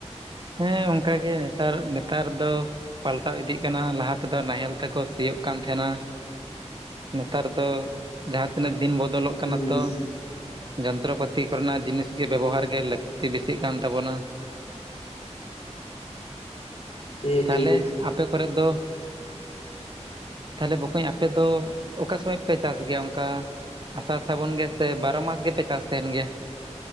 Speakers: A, on the right; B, on the left.
A: ᱦᱮᱸ ᱚᱱᱠᱟᱜᱮ ᱱᱮᱛᱟᱨ ᱱᱮᱛᱟᱨ ᱫᱚ ᱯᱟᱞᱴᱟᱣ ᱤᱫᱤᱜ ᱠᱟᱱᱟ ᱞᱟᱦᱟ ᱛᱮᱫᱚ ᱱᱟᱦᱮᱞ ᱛᱮᱠᱚ ᱥᱤᱭᱳᱜ ᱠᱟᱱ ᱛᱟᱦᱮᱸᱱᱟ᱾ ᱱᱮᱛᱟᱨ ᱫᱚ ᱡᱟᱦᱟᱸ ᱛᱤᱱᱟᱹᱜ ᱫᱤᱱ ᱵᱚᱫᱚᱞᱚᱜ ᱠᱟᱱᱟ
B: ᱦᱮᱸ
A: ᱛᱚ ᱡᱚᱱᱛᱨᱚᱯᱟᱹᱛᱤ ᱠᱚᱨᱮᱱᱟᱜ ᱡᱤᱱᱤᱥ ᱜᱮ ᱵᱮᱵᱚᱦᱟᱨ ᱜᱮ ᱞᱟᱹᱠᱛᱤ ᱵᱮᱥᱤᱜ ᱠᱟᱱ ᱛᱟᱵᱚᱱᱟ᱾
B: ᱥᱮ
A: ᱛᱟᱦᱚᱞᱮ
B: ᱴᱷᱤᱠ
A: ᱟᱯᱮ ᱠᱚᱨᱮ ᱫᱚ ᱛᱟᱦᱚᱞᱮ ᱵᱚᱠᱚᱧ ᱟᱯᱮ ᱫᱚ ᱚᱠᱟ ᱥᱚᱢᱚᱭ ᱯᱮ ᱪᱟᱥ ᱜᱮᱭᱟ? ᱚᱱᱠᱟ ᱟᱥᱟᱲ ᱥᱟᱵᱚᱱ ᱜᱮ ᱥᱮ ᱵᱟᱨᱚ ᱢᱟᱥ ᱜᱮᱯᱮ ᱪᱟᱥ ᱛᱟᱦᱮᱱ ᱜᱮᱭᱟ?